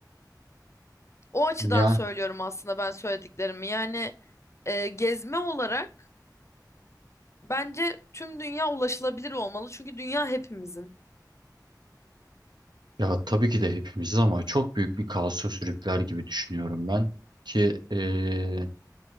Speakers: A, on the left; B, on the right.
A: O açıdan
B: Ya
A: söylüyorum aslında ben söylediklerimi. Yani e, gezme olarak bence tüm dünya ulaşılabilir olmalı. Çünkü dünya hepimizin.
B: ya tabii ki de hepimizi ama çok büyük bir kaosa sürükler gibi düşünüyorum ben ki eee,